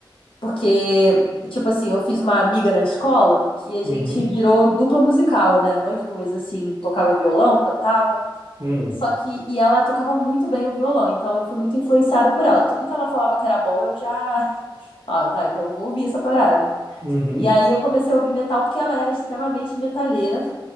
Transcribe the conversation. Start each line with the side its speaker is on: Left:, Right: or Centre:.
Left: Porque, tipo assim, eu fiz uma amiga na escola que a
Right: uhum,
Left: gente virou dupla musical, né? Nós duas, assim, tocava violão, cantava.
Right: hum,
Left: Só que, e ela tocava muito bem o violão, então eu fui muito influenciada por ela. Tudo que ela falava que era bom, eu já <laughs> falava, tá, então eu vou ouvir essa parada.
Right: uhum,
Left: E aí eu comecei a ouvir metal porque ela era extremamente metaleira